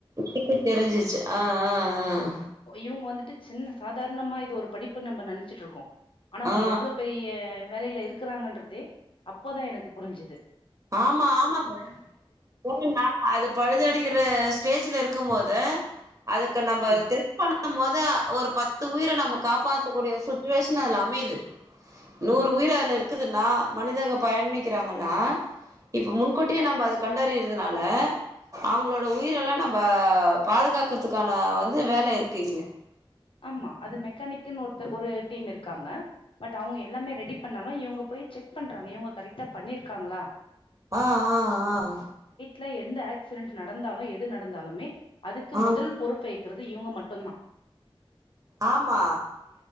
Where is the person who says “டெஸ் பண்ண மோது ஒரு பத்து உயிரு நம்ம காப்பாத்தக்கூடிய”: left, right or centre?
Right